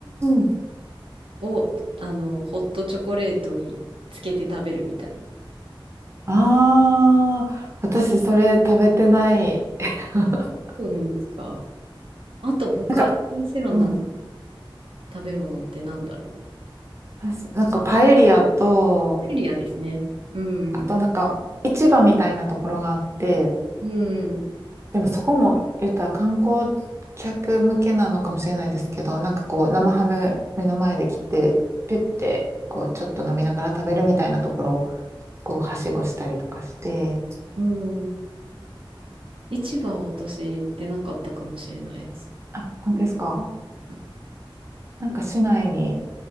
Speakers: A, on the right; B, on the right.
A: ん。
B: を、あの、ホットチョコレートにつけて食べるみたいな。
A: ああ、私それ食べてない。<laughs>
B: そうなんですか。あと、他、
A: なんか、
B: バルセロナの
A: うん。
B: 食べ物ってなんだろ
A: 私、なんかパエリアと、
B: う。パエリアですね。うん、
A: あとなんか市場みたいなところがあって、
B: うん、
A: でもそこも言ったら観光客向けなのかもしれないですけど、なんかこう生ハム目の前で切って、ピュッてこうちょっと飲みながら食べるみたいなところをこうはしごしたりとかして、
B: うん。市場は私行ってなかったかもしれないです。
A: あ、本当ですか
B: う
A: なんか市内に